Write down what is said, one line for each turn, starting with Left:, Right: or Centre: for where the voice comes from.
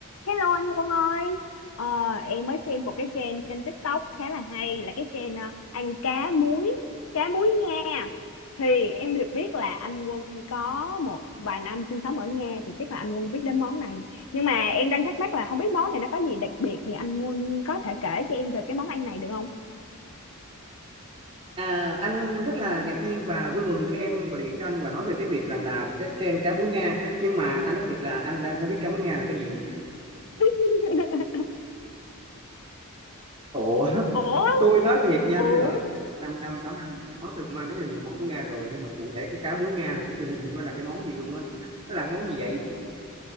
Left: Hello anh Quân ơi, ờ, em mới xem một cái trend trên TikTok khá là hay là cái trend ờ, ăn cá muối, cá muối Nga. Thì em được biết là anh Quân có một vài năm sinh sống ở Nga thì chắc là anh Quân biết đến món này. Nhưng mà em đang thắc mắc là không biết món này nó có gì đặc biệt thì anh Quân có thể kể cho em về cái món ăn này được không?
Right: À, anh rất là ngạc nhiên và vui mừng khi em gọi điện cho anh và nói về cái việc rằng là cái trend cá muối Nga nhưng mà anh nói thiệt là anh đang không biết cá muối Nga là cái gì
Left: <laughs>
Right: ủa <laughs>
Left: Ủa,
Right: tôi nói thiệt nha
Left: ủa,
Right: tôi ở 5 năm 6 năm gì đó tôi cũng ăn rất là nhiều món của Nga rồi nhưng mà cụ thể cái cá muối Nga là tôi chưa hình dung nó là cái món gì luôn á nó là cái món gì vậy